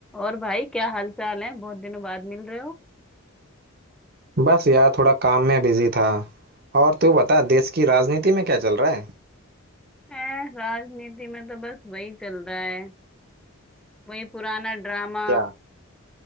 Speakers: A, in the centre; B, on the right.
A: और भाई क्या हाल चाल है बहुत दिनों बाद मिल रहे हो
B: बस यार थोड़ा काम में बिजी था और तू बता देश की राजनीति में क्या चल रहा है
A: ए, राजनीति में तो बस वही चल रहा है वही पुराना ड्रामा
B: क्या